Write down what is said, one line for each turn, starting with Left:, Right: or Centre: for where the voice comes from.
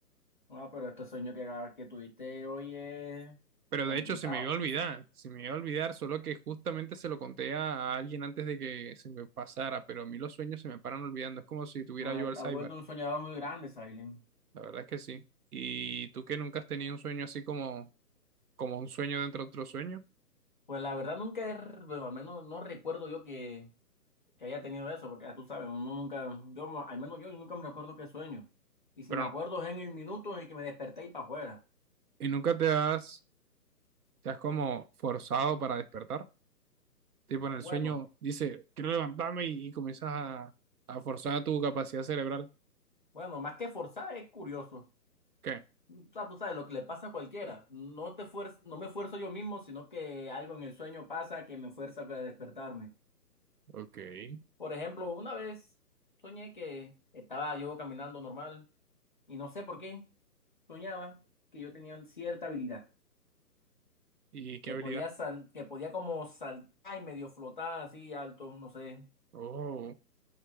Left: Ah, pero este sueño que, que tuviste hoy es
Right: Pero
Left: complicado.
Right: de hecho se me iba a olvidar, se me iba a olvidar, solo que justamente se lo conté a, a alguien antes de que se me pasara, pero a mí los sueños se me paran olvidando, es como si tuviera
Left: Bueno,
Right: yo Alzheimer,
Left: te has vuelto un soñador muy grande, Silent.
Right: la verdad es que sí. Y tú que nunca has tenido un sueño así como, como un sueño dentro de otro sueño,
Left: Pues la verdad nunca, he- bueno, al menos no recuerdo yo que, que haya tenido eso, porque ya tú sabes, uno nunca, yo, mo- al menos yo nunca me recuerdo qué sueño. Y si
Right: pero
Left: me acuerdo es en el minuto en el que me desperté y para afuera.
Right: y nunca te has, te has como forzado para despertar. Tipo en el
Left: Bueno,
Right: sueño, dice, quiero levantarme y, y comienzas a, a forzar tu capacidad cerebral.
Left: bueno, más que forzar es curioso.
Right: ¿Qué?
Left: O sea, tú sabes lo que le pasa a cualquiera. No te fuer- no me esfuerzo yo mismo, sino que algo en el sueño pasa que me fuerza a despertarme.
Right: Ok. Sí.
Left: Por ejemplo, una vez soñé que estaba yo caminando normal y no sé por qué soñaba que yo tenía cierta habilidad,
Right: ¿Y qué
Left: que
Right: habilidad?
Left: podía sal- que podía como saltar y medio flotar así alto, no sé.
Right: Oh,